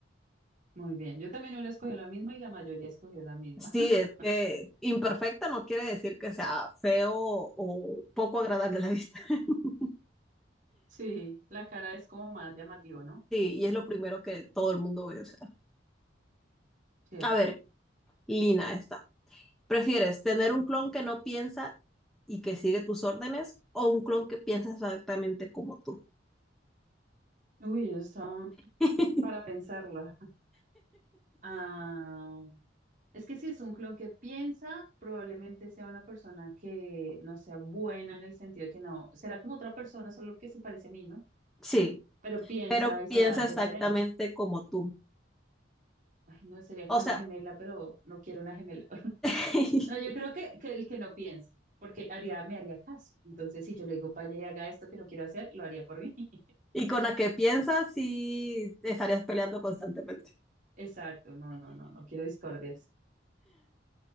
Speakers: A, on the right (about 45°); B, in the centre.
A: Muy bien. Yo también hubiera escogido la misma y la mayoría escogió la misma.
B: Sí,
A: <laughs>
B: es que imperfecta no quiere decir que sea feo o poco agradable a la vista. <laughs>
A: Sí, la cara es como más llamativo, ¿no?
B: Sí, y es lo primero que todo el mundo ve, o sea.
A: Cierto.
B: A ver, Lina está. ¿Prefieres tener un clon que no piensa y que sigue tus órdenes o un clon que piensa exactamente como tú?
A: Uy, está
B: <laughs>
A: para pensarla. Ah, es que si es un clon que piensa, probablemente sea una persona que no sea buena en el sentido de que no, será como otra persona, solo que se parece a mí, ¿no?
B: Sí,
A: pero piensa
B: pero
A: y será
B: piensa exactamente
A: diferente.
B: como tú.
A: Ay, no, sería como
B: O sea,
A: una gemela, pero no quiero una gemela. <laughs>
B: <laughs>
A: No, yo creo que, que el que no piense, porque haría, me haría caso. Entonces, si yo le digo, vaya y haga esto que no quiero hacer, lo haría por mí. <laughs>
B: y con la que piensas sí estarías peleando constantemente.
A: Exacto, no, no, no, no quiero discordias.